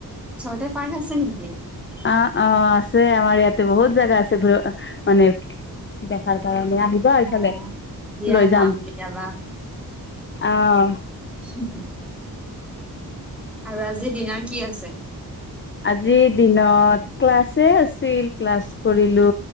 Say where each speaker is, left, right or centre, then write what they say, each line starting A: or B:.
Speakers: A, in the centre; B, on the left.
A: তে পাৰ্ আছে। নেকি
B: অ অ আছে আমাৰ ইয়াতে বহুত জাগা আছে ঘ মানে। তাৰ কাৰণে আহিবা এইফালে
A: অ দিয়া
B: লৈ যাম
A: কেতিয়াবা
B: অহ।
A: উ হু <unintelligible> আৰু আজিৰ দিনাৰ কি আছে!
B: আজিৰ দিনত ক্লাছে আছিল ক্লাছ কৰিলো।